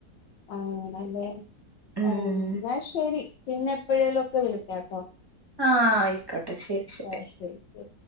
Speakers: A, on the left; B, on the right.
A: ആഹ നല്ലേ
B: ഉം
A: ആ എന്നാ ശരി പിന്നെ എപ്പോഴേലും ഒക്കെ വിളിക്കാ.
B: ആഹ ആയിക്കോട്ടെ ശരി ശരി.
A: ആ ശരി